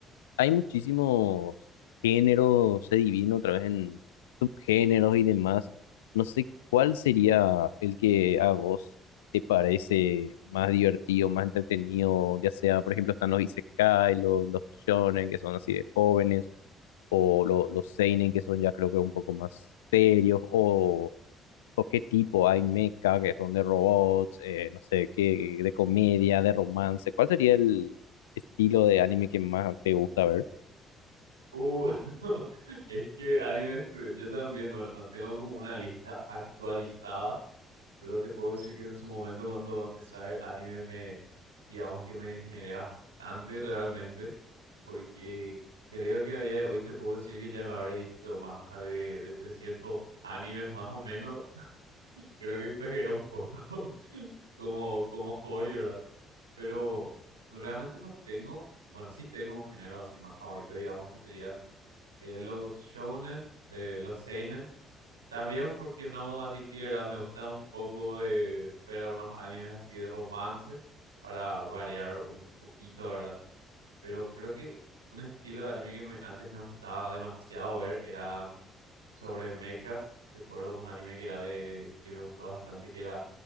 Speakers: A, on the left; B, on the right.
A: hay muchísimos géneros, se divide otra vez en subgéneros y demás. No sé cuál sería el que a vos te parece más divertido, más entretenido, ya sea, por ejemplo, están los isekai, los, los shonen, que son así de jóvenes o lo- los seinen que son ya creo que un poco más serios o, o qué tipo hay mecha que son de robots, eh, no sé, qué de comedia, de romance. ¿Cuál sería el estilo de anime que más te gusta ver?
B: Uh, <laughs> es que animes, eh, yo también, bueno, no tengo como una lista actualizada, pero te puedo decir que en su momento cuando empecé a ver anime me, digamos que me degeneré bastante realmente, porque creo que a día de hoy te puedo decir que ya me habré visto más de, de 300 animes más o menos. <laughs> Creo que exageré un poco <laughs> como, como hobby, ¿verdad? Pero realmente no tengo, bueno, sí tengo un género así más favorito, digamos que serían eh, los shounen, eh, los seinen. También porque no admití, ¿verdad? Me gusta un poco de ver algunos animes así de romance para variar un poquito, ¿verdad? Pero creo que un estilo de anime que me- antes me gustaba demasiado ver era mm, sobre mechas. Recuerdo un anime que era de que me gustó bastante, que era